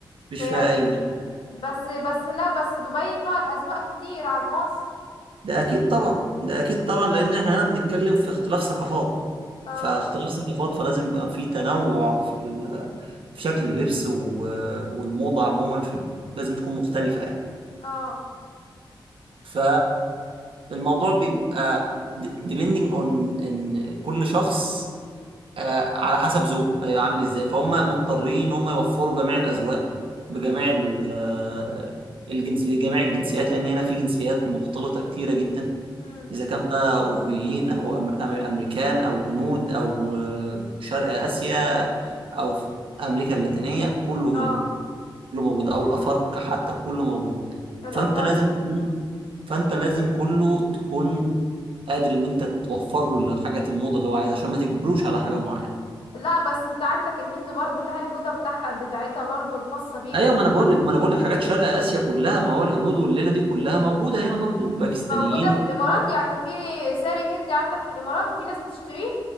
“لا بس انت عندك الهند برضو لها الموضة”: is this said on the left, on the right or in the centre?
Left